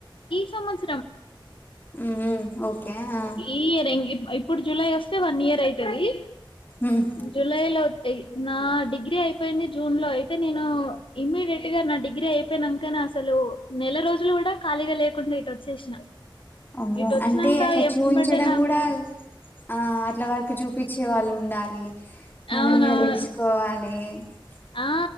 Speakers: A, on the left; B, on the left.
A: పోయిన సంవత్సరం
B: ఉమ్ ఉమ్ ఓకే ఆ
A: ఈ ఇయర్ ఇప్పుడు జలై వస్త వన్ ఇయర్ అయితది
B: ఉమ్
A: జులై లో నా డిగ్రీ అయిపోయింది జూన్ లో అయితే నేను ఇమ్మీడియట్ గా నా డిగ్రీ అయిపోయినాకనే అసలు నెల రోజులు కూడా ఖాళీగా లేకుండా ఇటు వచ్చిన వచ్చేసిన
B: అమ్మో
A: ఇటు వచ్చినాక
B: అంటే అట్లా
A: ఏమంబటే
B: చూపించడం
A: నాకు
B: కూడా ఆ అట్ల వరకు చూపించే వాళ్ళు ఉండాలి మనం
A: అవునవును
B: కూడా తెలుసుకోవాలి <unintelligible>
A: ఆ